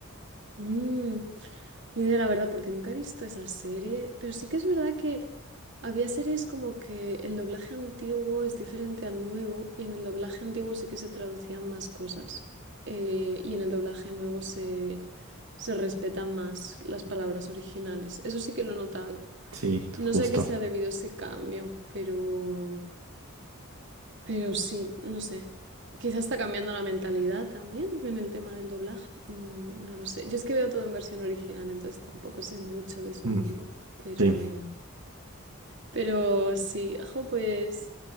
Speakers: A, on the right (about 55°); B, on the right (about 75°).
A: Mm, ni idea, la verdad, porque nunca he visto esa serie, pero sí que es verdad que había series como que el doblaje antiguo es diferente al nuevo y en el doblaje antiguo sí que se traducían más cosas eh, y en el doblaje nuevo se, se respetan más las palabras originales. Eso sí que lo he notado.
B: Sí,
A: No
B: justo.
A: sé a qué se ha debido ese cambio, pero, pero sí, no sé. Quizás está cambiando la mentalidad también en el tema del doblaje. No, no lo sé. Yo es que veo todo en versión original, entonces tampoco sé mucho de ese
B: Mm,
A: mundo, pero,
B: sí,
A: pero sí, ojo, pues,